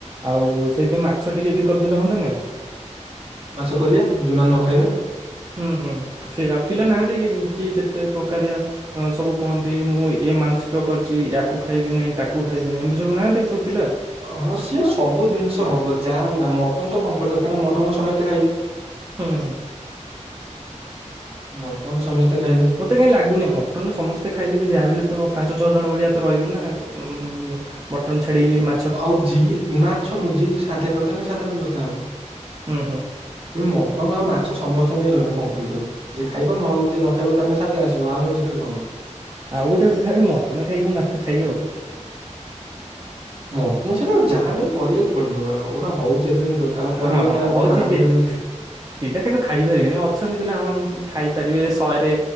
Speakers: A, on the right (about 30°); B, on the right (about 50°).
A: ଆଉ ସେଇଥିପାଇ ମାଛ ଟିକେ ବି କରିଦେଲେ ହୁଅନ୍ତତା ନି?
B: ମାଛ କରିବା ଯୋଉମାନେ ନ ଖାଇବେ।
A: ହୁଁ ହୁଁ ସେ ରାମପିଲା ନାହାଁନ୍ତି କି କି କେତେ ପ୍ରକାରିଆ। ହ ସବୁ କୁହନ୍ତି ମୁଁ ଇୟେ ମାନସିକ କରିଚି ୟାକୁ ଖାଇବି ନି ତାକୁ କୁ ଖାଇବିନି ଏମତି ସବୁ ନାହାନ୍ତି ସବ୍ ପିଲା?
B: ହ ସିଏ ସବୁ ଜିନିଷ ହବ ଯାହା ଯଉଟା ମଟନ ତ କମ୍ପଲ୍ କାଁ ମଟନ୍ ତ ସମସ୍ତେ ଖାଇବେ।
A: ହୁଁ ହୁଁ।
B: ମଟନ ସମସ୍ତେ ଖାଇବେ।
A: ତେ କାଇ ଲାଗୁନି ମଟନ୍ ସମସ୍ତେ ଖାଇଲେ ବି ଯାହା ବଲେ ତ ପାଞ୍ଚ ଛଅ ଜଣ ଭଳିଆ ତ ରହିବେ ନା ଆଉ ଉମ ମଟନ୍ ଛାଡିକି ମା
B: ଆଉ ଯିଏ ମାଛନୁ ଯିଏ ଯିଏ ସାଧା ଖାଇବ ତା ପାଇଁ ସାଧା ବ୍ୟବସ୍ଥା ହବ।
A: ହୁଁ ହୁଁ
B: କି ମଟନ ଆଉ ମାଛ ସ ସମସ୍ତଙ୍କ ପାଇଁ ରହିବ କମ୍ପଲସରି ଯିଏ ଖାଇବା ନହେଲେ ଯିଏ ନ ଖାଇବା ତା ପାଇଁ ସାଧ ଆସିବ ଆମ ସେଥିରେ କଁ ଅଛି।
A: ଆଉ ଗୋଟେ କଥବିା ମଟନ ଖାଇକି ମାଛ ଖାଇ ହବ।
B: ମଟନ ସେଟା ଯାହା ବଲେ କରିବାକୁ ପଡିବ ଗୋଟା ହୋଉଚି ଏତେ ଦିନ ପର ତ ଆଉ କରିବନି
A: ହଁ ହଉଛି
B: ଆଉ କଣ ଆମେ
A: ସିଏ
B: ଏମିତି
A: ପିଲା କିନ୍ତୁ ଖାଇପାରିବେନି ଅଛନ୍ତି ପିଲା ହଁ ଖାଇପାରିବେ ଶହେରେ